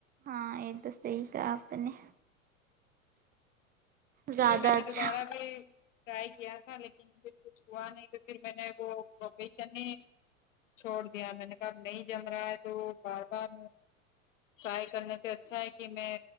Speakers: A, on the right (about 20°); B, on the left (about 65°).
A: ہاں ایک دم صحیح کہا آپ نے زیادہ
B: پھر میں نے
A: اچھا
B: دوبارہ بھی ٹرائی کیا تھا لیکن پھر کچھ ہوا نہیں تو پھر میں نے وہکیشن چھوڑ دیا میں نے کہا اب نہیں جم رہا ہے تو بار بار ٹرائی کرنے سے اچھا ہے کہ میں